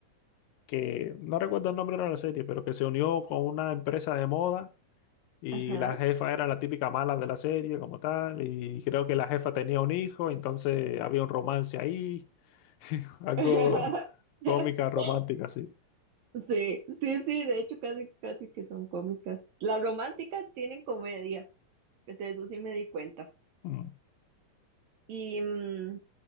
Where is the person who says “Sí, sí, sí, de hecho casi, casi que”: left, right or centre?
Right